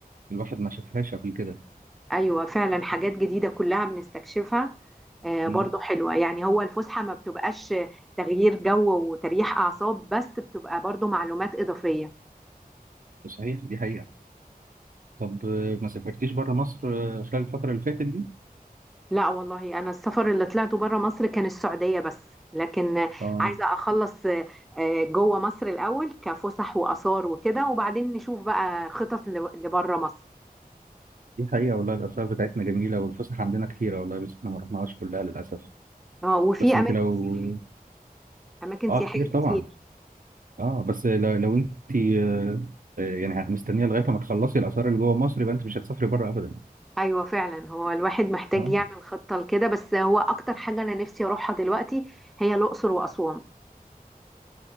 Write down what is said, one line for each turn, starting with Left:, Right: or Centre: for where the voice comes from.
Right: الواحد ما شافهاش قبل كده
Centre: ايوه فعلا حاجات جديده كلها بنستكشفها آه،
Right: مم.
Centre: برضو حلوه يعني هو الفسحه ما بتبقاش تغيير جو وتريح اعصاب بس بتبقى برضو معلومات اضافيه
Right: صحيح دي حقيقه طب آه، ما سافرتيش بره مصر آه، خلال الفتره اللي فاتت دي
Centre: لا والله انا السفر اللي طلعته بره مصر كان السعوديه بس لكن آه،
Right: اه
Centre: عايزه اخلص آه، آه، جوه مصر الاول كفسح واثار وكده وبعدين نشوف بقى خطط لبره مصر
Right: دي حقيقة والله الآثار بتاعتنا جميلة والفسح عندنا كتيرة والله بس احنا ما رحناهاش كلها للأسف
Centre: اه وفي
Right: بس انت
Centre: اماكن
Right: لو
Centre: سياح- اماكن
Right: اه
Centre: سياحيه
Right: آه، كتير طبعا
Centre: كتير
Right: اه بس لو, لو انت آه، آه، يعني مستنيه لغايه ما تخلصي الاثار اللي جوه مصر يبقى انت مش هتسافري بره ابدا
Centre: ايوه فعلا هو الواحد محتاج
Right: اه
Centre: يعمل خطه لكده بس هو اكتر حاجه انا نفسي اروحها دلوقتي هي الاقصر واسوان